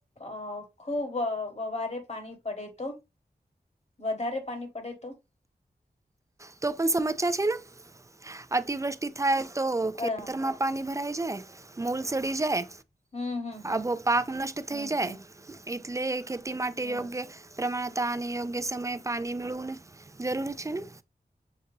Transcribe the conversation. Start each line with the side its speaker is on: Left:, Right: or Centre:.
Left: અ ખુબ વવારે પાણી પડે તો. વધારે પાની પડે તો?
Right: તો પણ સમ ચા છે ને અતિવૃષ્ટિ થાય તો ખેતરમાં
Left: અ
Right: પાની ભરાઈ જાય, મૂલ સડી જાય,
Left: હમ હમ હમ
Right: આબો પાક નષ્ટ
Left: હમ
Right: થઈ જાય
Left: હમ
Right: એટલે ખેતી માટે
Left: હમ
Right: યોગ્ય પ્રમાણતા અને યોગ્ય સમય પાની મેળવુંને જરૂરી છે ને?